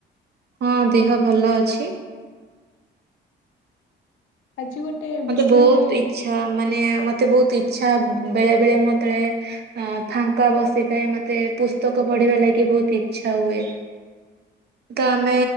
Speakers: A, on the right; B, on the left.
A: ହଁ ଦେହ ଭଲ ଅଛି।
B: ଆଜି ଗୋଟେ ବିଷୟରେ
A: ମତେ ବହୁତ ଇଚ୍ଛା ମାନେ ମତେ ବହୁତ ଇଚ୍ଛା। ଛା ବେଳେ ବେଳେ ମୁଁ ଯେତଳେ ଫାଙ୍କା ବସିଥାଏ ମତେ ପୁସ୍ତକ ପଢିବା ଲାଗି ବହୁତ ଇଚ୍ଛା ହୁଏ ତ ଆମେ